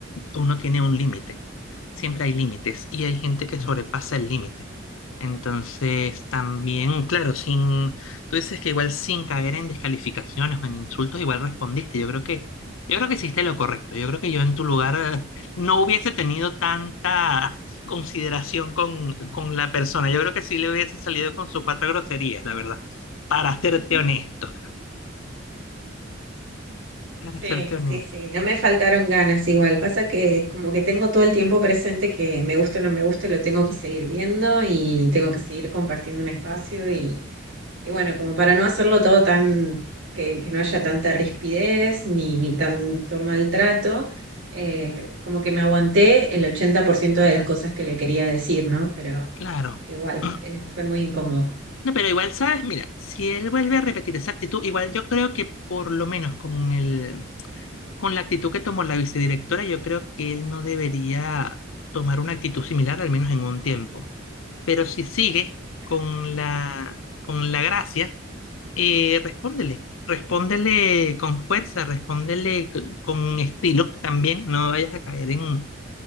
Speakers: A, on the left (about 90°); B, on the right (about 70°).
A: uno tiene un límite. Siempre hay límites y hay gente que sobrepasa el límite. Entonces, también, claro, sin, tú dices que igual sin caer en descalificaciones o en insultos, igual respondiste. Yo creo que, yo creo que hiciste lo correcto. Yo creo que yo en tu lugar <laughs> eh, no hubiese tenido tanta <laughs> consideración con, con la persona. Yo creo que sí le hubiese salido con sus cuatro groserías, la verdad. Para serte
B: <laughs>
A: honesto. Para
B: Sí,
A: serte honesto.
B: sí, sí, no me faltaron ganas igual. Pasa que como que tengo todo el tiempo presente que me guste o no me guste, lo tengo que seguir viendo y tengo que seguir compartiendo un espacio y, y bueno, como para no hacerlo todo tan, que, que no haya tanta rispidez ni, ni tanto maltrato, eh, como que me aguanté el 80% de las cosas que le quería decir, ¿no? Pero
A: Claro.
B: igual,
A: <clears throat>
B: eh, fue muy incómodo.
A: No, pero igual, ¿sabes? Mira, si él vuelve a repetir esa actitud, igual yo creo que por lo menos con el, con la actitud que tomó la vicedirectora, yo creo que él no debería tomar una actitud similar, al menos en un tiempo. Pero si sigue
B: Pero,
A: con la, con la gracia, eh, respóndele. Respóndele con fuerza, respóndele c- con estilo también. No vayas a caer en,